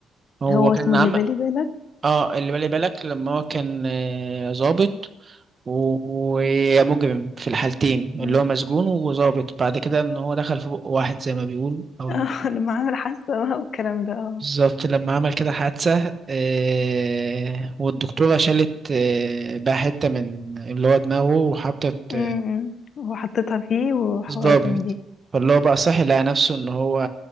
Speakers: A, on the right; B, on the left.
A: هو
B: اللي هو
A: كان
B: اسمه اللي
A: عم
B: بالي بالك
A: اه اللي بالي بالك لما هو كان آه، ظابط و- ومجرم في الحالتين
B: مم.
A: اللي هو مسجون وظابط بعد كده ان هو دخل في بق واحد زي ما بيقول او
B: <laughs> اه لما عامل حاسة بقى والكلام ده اه
A: بالظبط لما عمل كده حادثة آه، والدكتورة شالت آه، بقى حتة من اللي هو دماغه وحطت
B: مم.
A: آه،
B: وحطيتها فيه وحوارات
A: ضابط
B: من دي
A: فاللي هو بقى صحي لقى نفسه إن هو